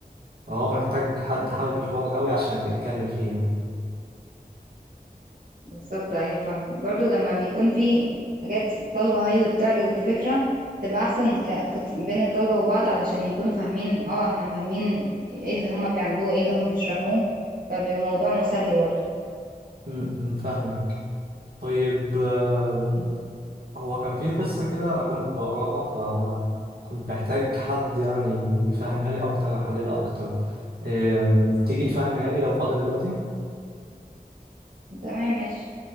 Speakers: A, on the right (about 75°); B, on the right (about 60°).
A: فهو محتاج حد حابب الحوار قوي عشان يكمل فيه يعني
B: بالظبط ايوه فعلا برضو لما بيكون في حاجات الطلبة هي اللي بتعرض الفكرة بتبقى احسن ك... كت- بين الطلبة وبعض علشان يكونوا فاهمين اه احنا فاهمين ايه اللي هما بيعملوه ايه اللي هما بيشرحوه فبيبقى موضوع مسلي برضو
A: م- م- فاهمك طيب آم، هو كان في قصة كده أنا كنت بقراها فكنت محتاج حد يعني يفهمها لي أكتر يحللها أكتر آم، تيجي تفهمها لي لو فاضي دلوقتي
B: تمام ماشي